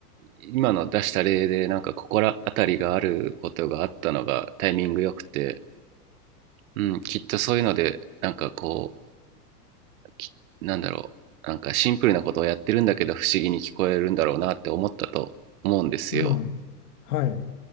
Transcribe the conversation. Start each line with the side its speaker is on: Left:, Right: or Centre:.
Right: 今の出した例で、なんかここら辺りがあることがあったのがタイミングよくて、うん、きっとそういうので、なんかこう、きなんだろう、なんかシンプルなことをやってるんだけど不思議に聞こえるんだろうなって思ったと思うんですよ。
Left: うん、はい、